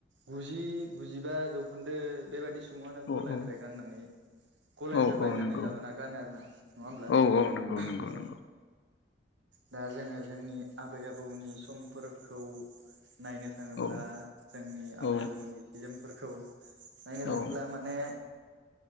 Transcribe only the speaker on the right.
गुजि गुजिबा जौखोन्दो बेबादि सुबुङानो गलानिफ्राय
गाननानै गलानिफ्राय
बायनानै
लाबोना गानो आरोना होमब्ला
औ
दा जोङो जोंनि आबै आबौनि समफोरखौ नायनो थाङोब्ला
जोंनि
आबै आबौनि सि जोमफोरखौ नायनो थाङोब्ला
माने